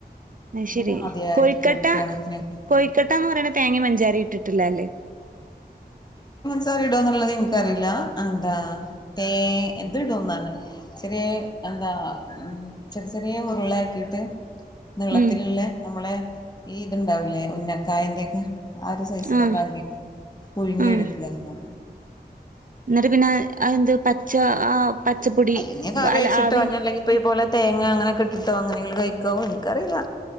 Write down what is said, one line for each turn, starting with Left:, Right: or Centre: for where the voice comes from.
Right: അ ശരി
Left: ഞാൻ ആദ്യമായിട്ട്
Right: കോഴിക്കട്ട
Left: കേൾക്കാണ് ഇങ്ങനെയൊക്കെ
Right: കോഴിക്കട്ടന്ന് പറിണത് തേങ്ങിം പഞ്ചാരിം ഇട്ടിട്ടില്ലേ ല്ലേ
Left: തറി ഇടുഎന്നുള്ളത് എനിക്കറീല എന്താ തേ ഇത് ഇടുംന്നാണ് ചെറേ എന്താ ചെറിയ ചെറിയ ഉരുളയാക്കിട്ട് നീളത്തിലുള്ള
Right: ഉം
Left: നമ്മളെ ഈ ഇതുണ്ടാവൂലേ ഉന്നക്കായന്റെ ഒക്കെ ആ ഒരു സൈസിലോട്ട്
Right: ആഹ്
Left: ആക്കിയിട്ട് പുഴുങ്ങിയെടുക്കുകാണ്
Right: ആഹ് എന്നിട്ട് പിന്നെ അ എന്ത് പച്ച ആ പച്ചപ്പൊടി
Left: അല്ലങ്കിൽ കറി
Right: അല്ല
Left: വെച്ചിട്ടോ
Right: ആവി
Left: ഞല്ലെങ്കിൽ പൈ പോലെ തേങ്ങ അങ്ങനൊക്കെ ഇട്ടിട്ടോ എങ്ങനെയെങ്കിലും കഴിക്കാവോ എനിക്കറിയില്ല